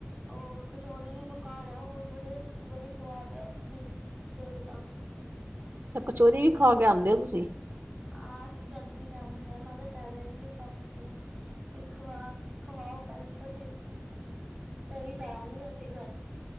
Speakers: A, on the right; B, on the right.
A: ਉਹ ਕਚੋੜੀ ਦੀ ਦੁਕਾਨ ਆ ਉਹ ਬੜੇ-ਬੜੀ ਸਵਾਦ ਆ ਉਥ ਕਚੋੜੀ ਦਾ।
B: ਤੇ ਕਚੋਰੀ ਵੀ ਖਾ ਕੇ ਆਉਂਦੇ ਹੋ ਤੁਸੀਂ।
A: ਹਾਂ, ਅਸੀਂ ਜਦ ਵੀ ਜਾਂਦੇ ਹ ਮੈਂ ਤਾਂ ਕਹਿ ਦਿੰਦੀ ਉਹ ਪਾਪਾ ਨੂੰ। ਕਿ ਖਵਾ ਖਵਾਓ ਪਹਿਲ ਤੁਸੀਂ ਤਾਂਣੀ ਜਾਵਾਂਗੇ ਅਸੀਂ ਘਰ।